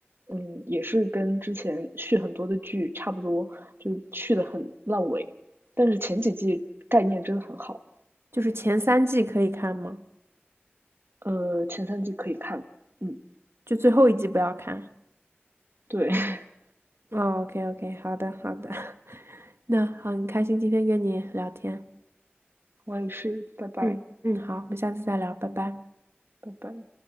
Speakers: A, on the right; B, on the right.
A: 嗯，也是跟之前续很多的剧差不多，就续的很烂尾。但是前几季概念真的很好，
B: 就是前三季可以看吗？
A: 呃，前三季可以看，嗯，
B: 就最后一季不要看。
A: 对 <laughs>
B: 哦，OK OK，好的好的，<laughs> 那好，很开心今天跟你聊天。
A: 我也是，拜拜，
B: 嗯嗯，好，我们下次再聊，拜拜。
A: 拜拜。